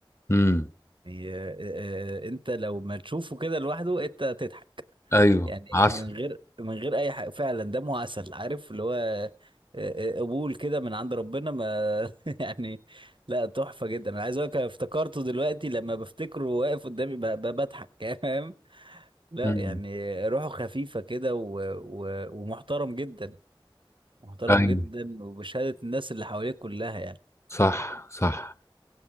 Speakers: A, on the left; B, on the right.
A: مم.
B: يعني آه، آه، آه، انت لو ما تشوفه كده لوحده انت تضحك
A: ايوه
B: يعني
A: عسل
B: من غير من غير اي حاجه فعلا دمه عسل عارف اللي هو آه، آه، قبول كده من عند ربنا ما <laughs> يعني لا تحفه جدا انا عايز اقول لك أنا افتكرته دلوقتي لما بفتكره واقف قدامي ب- ب- بضحك <laughs> فاهم لا
A: امم
B: يعني روحه خفيفه كده و- و- ومحترم جدا محترم
A: ايوه
B: جدا وبشهاده الناس اللي حواليه كلها يعني
A: صح صح